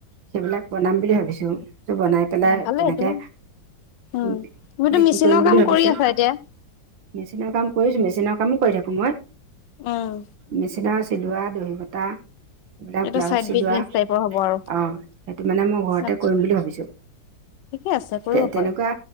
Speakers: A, on the right; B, on the left.
A: সেইবিলাক বনাম বুলি ভাবিছোঁ বনাই পেলাই
B: ভালে
A: তেনেকে
B: এইটো উম,
A: বি
B: তুমিতো
A: বিক্ৰী
B: মেচিনৰ
A: কৰিম বুলি
B: কাম
A: ভাবিছোঁ।
B: কৰি আছা এতিয়া
A: মেচিনৰ কাম কৰিছোঁ মেচিনৰ কামো কৰি থাকো মই,
B: উম,
A: মেচিনৰ চিলোৱা দহি বতা এইবিলাক
B: এইটো
A: ব্লাউজ
B: চাইড
A: চিলোৱা
B: বিজনেচ টাইপৰ হ'ব আৰু
A: আহ সেইটো মানে মই ঘৰতে
B: আচ্ছা
A: কৰিম বুলি ভাবিছোঁ
B: ঠিকে আছে কৰিব
A: তে তেনেকুৱা
B: পাৰা